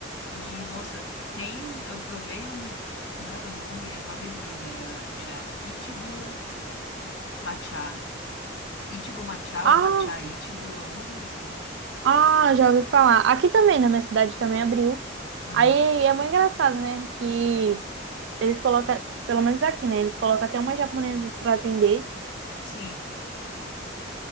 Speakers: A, on the left; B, on the right.
A: E, nossa, tem um. Eu provei um. Como era o nome? Era uma bebida, era, era Ichigo Matcha. Ichigo Matcha
B: Ah,
A: ou Matcha Ichigo, alguma coisa assim.
B: ah, já ouvi falar. Aqui também, na minha cidade também abriu.
A: Aham.
B: Aí é muito engraçado, né? Que eles colocam, pelo menos aqui, né? Eles colocam até umas japonesas pra atender,
A: Sim.